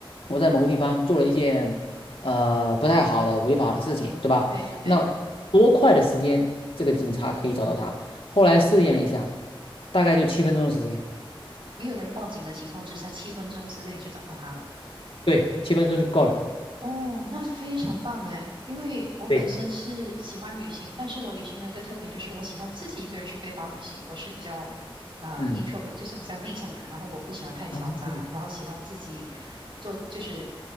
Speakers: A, on the left (about 75°); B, on the right (about 65°).
A: 我在某个地方做了一件呃不太好的违法的事情，对吧？
B: 对对，
A: 那多快的时间这个警察可以找到他？后来试验了一下，大概就七分钟的时间，
B: 没有人报警的情况之下，七分钟之内就找到他了。
A: 对，七分钟就够了。
B: 哦，那非常棒诶，因为我本身是喜欢旅行，
A: 对，
B: 但是我旅行的一个特点就是我喜欢自己一个人去背包旅行。我是比较呃
A: 嗯，
B: intro，就是比较内向的人，然后我不喜欢太嘈杂，
A: 啊
B: 然后喜欢自己做，就是